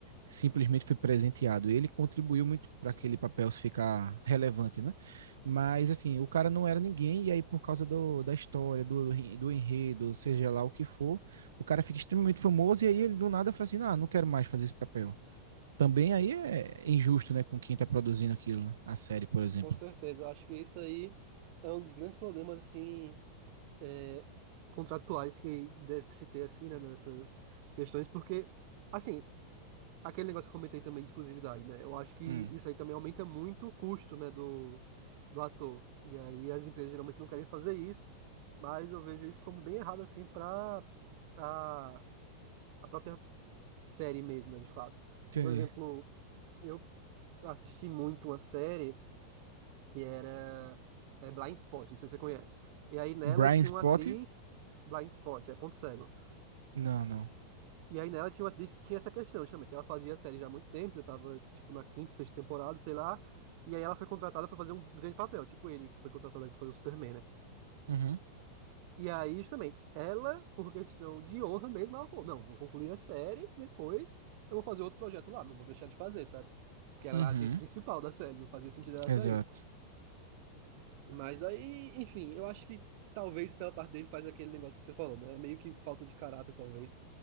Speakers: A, on the right; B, on the right.
A: simplesmente foi presenteado. Ele contribuiu muito para aquele papel ficar relevante, né? Mas, assim, o cara não era ninguém, e aí, por causa do, da história, do, do enredo, seja lá o que for, o cara fica extremamente famoso, e aí ele do nada fala assim: ah, não quero mais fazer esse papel. Também aí é injusto, né, com quem tá produzindo aquilo, né? A série, por exemplo.
B: Com certeza, eu acho que isso aí é um dos grandes problemas, assim, é, contratuais que deve se ter, assim, né, nessas questões, porque, assim, aquele negócio que eu comentei também de exclusividade, né, eu acho que
A: Hum,
B: isso aí também aumenta muito o custo, né, do, do ator, e aí as empresas geralmente não querem fazer isso, mas eu vejo isso como bem errado, assim, para a, a própria série mesmo, né, de fato.
A: entendi.
B: Por exemplo, eu assisti muito uma série que era é, Blind Spot, não sei se você conhece. E aí nela
A: Brian
B: tinha
A: Spott?
B: uma atriz, Blind Spot, é ponto cego.
A: Não, não.
B: E aí nela tinha uma atriz que tinha essa questão, justamente. Ela fazia a série já há muito tempo, já tava, tipo, na quinta, sexta temporada, sei lá. E aí ela foi contratada pra fazer um grande papel, tipo ele que foi contratado ali pra fazer o Superman, né?
A: Uhum,
B: E aí, justamente, ela, por questão de honra mesmo, ela falou, não, vou concluir a série, depois eu vou fazer outro projeto lá, não vou deixar de fazer, sabe? Porque ela
A: uhum,
B: era a atriz principal da série, não fazia sentido ela
A: exato.
B: sair. Mas aí, enfim, eu acho que talvez pela parte dele faz aquele negócio que você falou, né? Meio que falta de caráter, talvez.